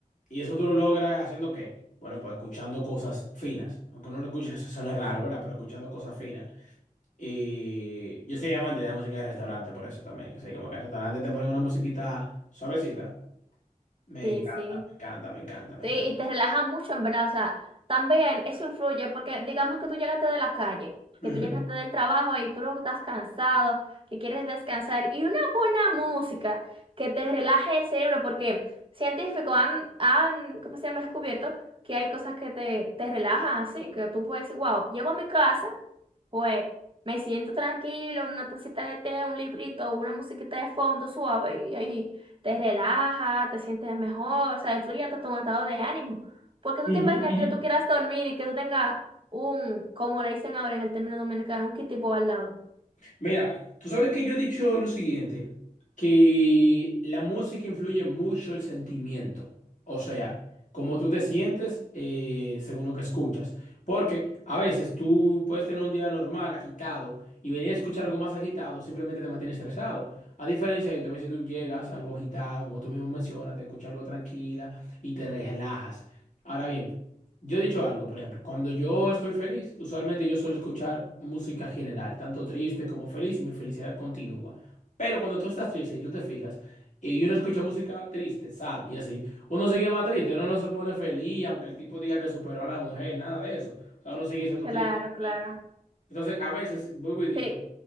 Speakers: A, on the left; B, on the right.
A: Y eso tú lo logras haciendo qué? Bueno, pues escuchando cosas finas. Aunque no lo escuches, eso suena raro, ¿verdad? Pero escuchando cosas finas. Y yo soy amante de la música de restaurante por eso también. O sea, como que en restaurante te ponen una musiquita suavecita. Me
B: Sí,
A: encanta,
B: sí.
A: me encanta, me encanta, me
B: Sí,
A: encanta.
B: y te relaja mucho, en verdad. O sea, también eso influye porque digamos que tú llegaste de la calle, que
A: Ujú,
B: tú llegaste del trabajo y tú luego estás cansado, que quieres descansar. Y una buena música que te relaje el cerebro porque científicos han, han, ¿cómo se llama? Descubierto que hay cosas que te, te relajan así, que tú puedes decir, wow, llego a mi casa. Pues me siento tranquilo, una tacita de té, un librito, una musiquita de fondo suave y ahí te relaja, te sientes mejor, o sea, influye hasta tu estado de ánimo. Porque tú
A: ujú,
B: te imaginas
A: ujú.
B: que tú quieras dormir y que tú tengas un, como le dicen ahora en el término dominicano, un kitipo al lado.
A: Mira, tú sabes que yo he dicho lo siguiente, que la música influye mucho el sentimiento, o sea, cómo tú te sientes eh, según lo que escuchas, porque a veces tú puedes tener un día normal, agitado, y venir a escuchar algo más agitado, simplemente te mantiene estresado. A diferencia de que a veces tú llegas algo agitado, como tú mismo mencionas, te escuchas algo tranquila y te relajas. Ahora bien, yo he dicho algo, por ejemplo, cuando yo estoy feliz, usualmente yo suelo escuchar música general, tanto triste como feliz, y mi felicidad continúa. Pero cuando tú estás triste y tú te fijas, y uno escucha música triste, sad y así, uno sigue más triste, uno no se pone feliz, aunque el tipo diga que superó a la mujer, nada de eso. O sea, uno sigue siendo
B: Claro,
A: triste.
B: claro.
A: Entonces, a veces, vuelvo y digo,
B: Sí,